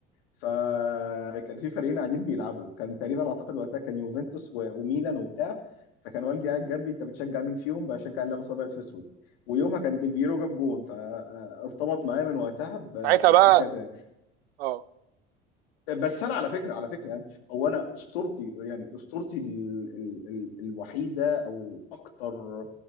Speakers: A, on the left; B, on the right.
A: فكان في فريقين قاعدين بيلعبوا كان تقريبا اعتقد وقتها كان يوفنتوس و- وميلان وبتاع فكان والدي قاعد جنبي انت بتشجع مين فيهم بشجع اللي لابس ابيض في اسود ويومها كان ديل بيرو جاب جون فارتبط معايا من وقتها ب-
B: ساعتها بقى
A: بهكذا يعني
B: اه
A: بس انا على فكره على فكره يعني هو انا اسطورتي يعني اسطورتي ال ال ال الوحيده او اكتر